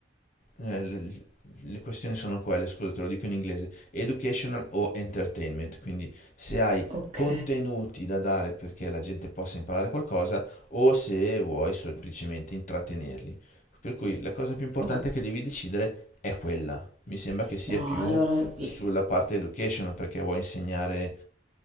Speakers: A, on the left; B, on the right.
A: Eh, le, le questioni sono quelle, scusa, te lo dico in inglese, educational o entertainment, quindi se hai
B: Ok.
A: contenuti da dare perché la gente possa imparare qualcosa o se vuoi semplicemente intrattenerli. Per cui la cosa più importante
B: Oh,
A: che devi decidere è quella. Mi sembra che sia
B: No,
A: più
B: allora i-
A: sulla parte educational perché vuoi insegnare...